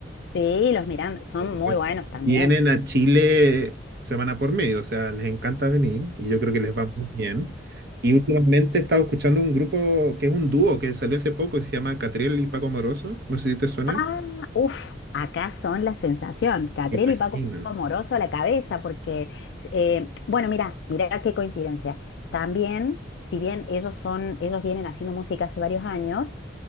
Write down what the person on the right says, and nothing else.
Por supuesto.
Vienen a Chile semana por medio, o sea, les encanta venir y yo creo que les va muy bien. Y últimamente he estado escuchando un grupo que es un dúo que salió hace poco que se llama Catriel y Paco Amoroso. No sé si te suena.
Me imagino.